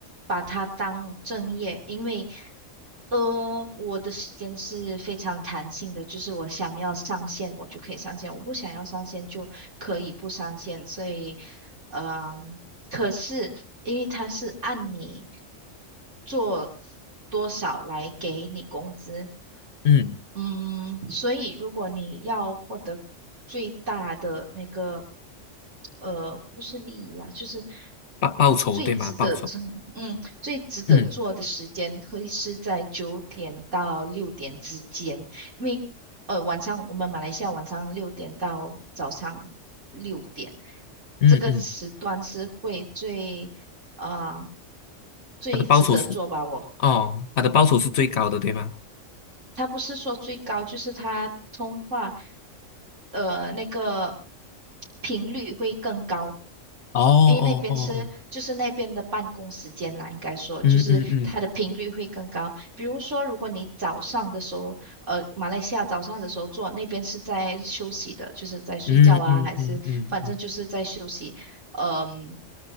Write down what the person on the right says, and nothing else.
把它当正业，因为呃，我的时间是非常弹性的，就是我想要上线我就可以上线，我不想要上线就可以不上线，所以嗯、可是因为它是按你做多少来给你工资，
嗯，所以如果你要获得最大的那个，呃，不是利益啦，就是
最值得做，
嗯，最值得做的时间会是在九点到六点之间，
因为呃晚上我们马来西亚晚上六点到早上六点，
这个时段是会最呃最值得做吧，
我。
他不是说最高，就是他通话，呃，那个频率会更高，
因为那边是就是那边的办公时间啦，应该说就是它的频率会更高。
比如说，如果你早上的时候，呃，马来西亚早上的时候做，那边是在休息的，就是在睡觉啊，
还是反正就是在休息，呃嗯、